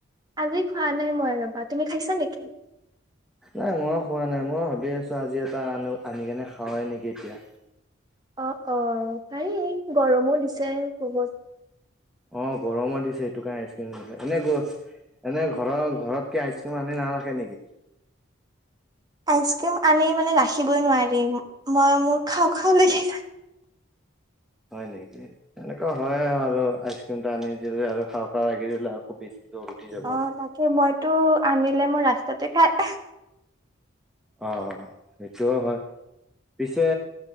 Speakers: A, on the right; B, in the centre.
A: আজি খোৱা নাই মই ৰবা তুমি খাইছা নেকি?
B: নাই ময়ো খোৱা নাই ময় ভাবি আছোঁ আজি এটা আনো আনি কেনে খাাৱৱেই নেকি এতিয়া।
A: অ অ পাৰি গৰমো দিছে বহুত।
B: অ গৰমো দিছে। দুটা আইচক্ৰিম <unintelligible> এনে ঘৰৰ ঘৰতক আইচক্ৰীম আনি নাৰাখে নেকি?
A: আইচক্ৰীম আনি মানে ৰাখিবই নোৱাৰি মই মোৰ খাওঁ খাওঁ লাগে।
B: হয় নেকি এনেকুৱা হয় আৰু আইচ ক্ৰীমটা আনি দিলো আৰু খা খা লাগি দিলে আৰু খুব বেছি জ্বৰ উঠি যাব।
A: অ তাকে মইতো আনিলে মোৰ ৰাস্তাতে খাই
B: অ অ সেইটোও হয় পিছে